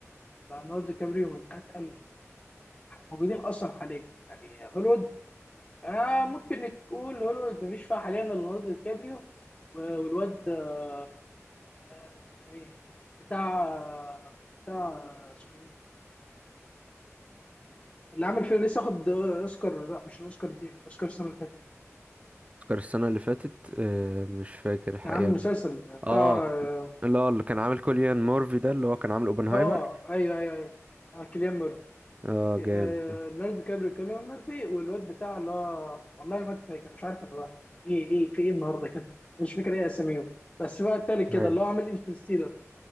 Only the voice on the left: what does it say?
ليوناردو دي كابريو من اتقل الموجودين اصلا حاليا يعني هوليوود آه ممكن نقول هوليوود مفيش فيها حاليا إلا ليوناردو دي كابريو و- والواد آه، اسمه ايه بتاع آه، بتاع آه، اسمه ايه اللي عامل فيلم لسه واخد آه، اوسكار لا مش الاوسكار دي اوسكار السنه اللي فاتت
كان عامل مسلسل
بتاع اه
آه، ايوه ايوه ايوه آه، كيليان ميرفي
آه، ليوناردو دي كابريو كيليان ميرفي والواد بتاع اللي هو والله انا ما كنت فاكر مش عارف انا بقى. ايه ايه في ايه النهارده كده مش فاكر ايه اساميهم بس بقى التالت
كده اللي هو عامل انترستيلر